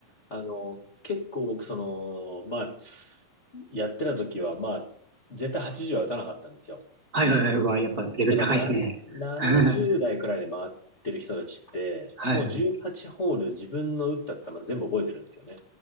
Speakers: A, on the left (about 35°); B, on the right (about 30°).
A: あの、結構僕、その、まあ、やってた時は、まあ、絶対80は打たなかったんですよ。
B: はいはいはいはいはい。うわ、やっぱレベル高いですね。
A: だからな、70代くらいで回ってる人たちって、
B: <laughs> はいはい。
A: もう18ホール自分の打った球全部覚えてるんですよね。